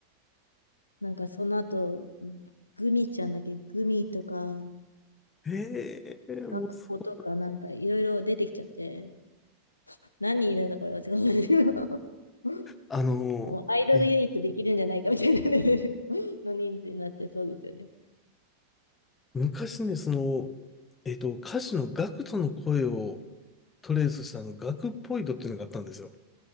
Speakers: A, on the left; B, on the left.
A: なんかその後、グミちゃんだっけ、グミとか、
B: ええもうそこ。
A: 学校とか、なんかいろいろ出てきちゃって、何人いるんだこれはって感じの。<laughs>
B: あの、
A: もうアイドルユニットできるんじゃないかみたいなレベル
B: え、
A: の人数になってそうですよね。
B: 昔ね、その、えっと、歌手のガクトの声をトレースしたあの、ガクポイドっていうのがあったんですよ。